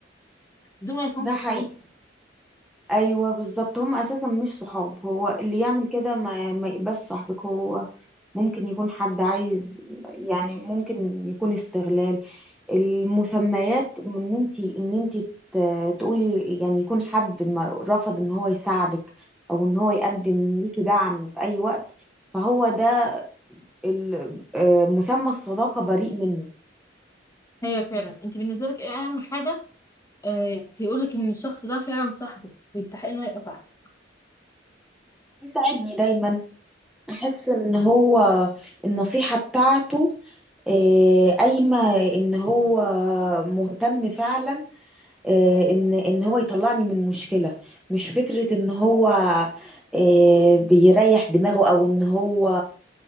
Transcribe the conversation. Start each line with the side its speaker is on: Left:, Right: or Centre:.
Left: دول ما يسموش
Centre: ده
Left: صحاب
Centre: حقيقي ايوه بالظبط هم اساسا مش صحاب هو اللي يعمل كده ما, ما يبقاش صاحبك هو ممكن يكون حد عايز يعني ممكن يكون استغلال المسميات ان انت ان انت تقولي يعني يكون حد ما رفض ان هو يساعدك او ان هو يقدم ليكي دعم في اي وقت فهو ده ال- آه، مسمى الصداقة بريء منه
Left: هي فعلا أنت بالنسبة لك إيه أهم حاجة آه تقولك إن الشخص ده فعلا صاحبك ويستحق إنه يبقى صاحبك
Centre: يساعدني دايما احس ان هو النصيحة بتاعته آه، قايمة ان هو مهتم فعلا آه، ان ان هو يطلعني من مشكله مش فكره ان هو آه، بيريح دماغه او ان هو